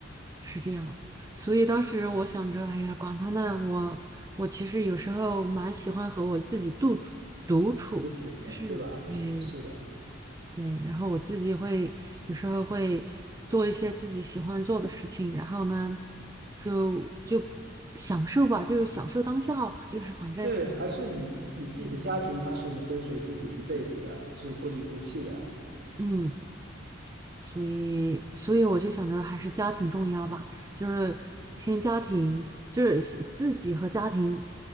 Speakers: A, on the right; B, on the right.
A: 是这样。所以当时我想着，哎呀，管他呢，我我其实有时候蛮喜欢和我自己独处独处，
B: 有主的，
A: 就是对
B: 对吧？是的，
A: 对，然后我自己会有时候会做一些自己喜欢做的事情，然后呢，就就享受吧，就是享受当下吧，就是反正
B: 对，还是以以自己的家庭，他是跟随自己一辈子的，是不离不弃的。
A: 嗯。所以，所以我就想着还是家庭重要吧，就是先家庭，就是先自己和家庭，